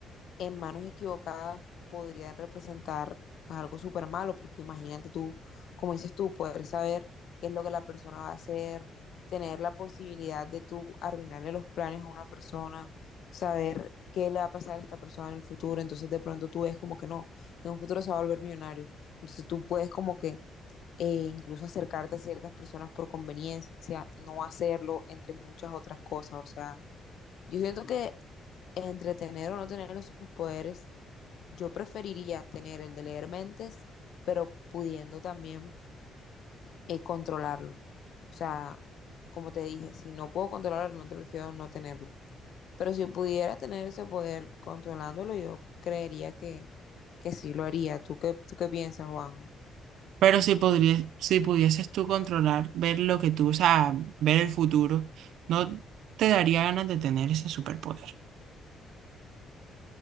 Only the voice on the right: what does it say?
Pero si podrías, si pudieses tú controlar, ver lo que tú, o sea, ver el futuro, ¿no te daría ganas de tener ese superpoder?